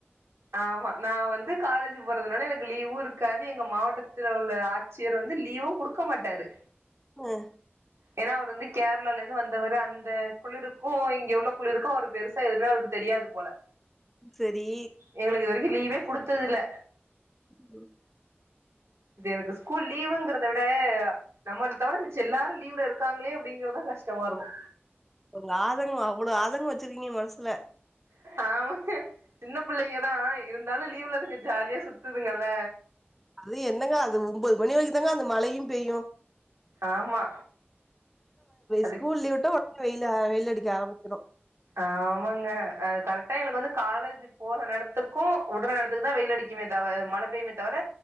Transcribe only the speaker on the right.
ஆமா நா வந்து காலேஜ் போறதுனால எனக்கு லீவு இருக் க்காது எங்க மாவட்டத்துல உள்ள ஆட்சியரு வந்து லீவு குடுக்க மாட்டாரு
ஏன்னா அவரு வந்து கேரளாலால இருந்து வந்தவரு அந்த குளிருக்கு இங்க உள்ள குளிருக்கு அவரு பெருசா எதுமே அவருக்கு தெரியாது போல
எங்களுக்கு இது வரைக்கு லீவே குடுத்தது இல்ல
இது எனக்கு ஸ்கூல் லீவுங்கறத விட நம்மள தவிர மிச்ச எல்லாரு லீவ்ல இருக்காங்களே அப்டிங்கறதா கஷ்டமா இருக்கு
ஆமாங்க சின்ன புள்ளைங்கதா இருந்தாலு லீவுல அதுங்க ஜாலியா சுத்துதுங்கல்ல
ஆமா அது
ஆமாங்க அது கரெக்டா எங்களுக்கு வந்து காலேஜ் போற நேரத்துக்கு விட்ற நேரத்துக்கு தா வெயில் அடிக்குமே தவிர மழ பெய்யுமே தவிர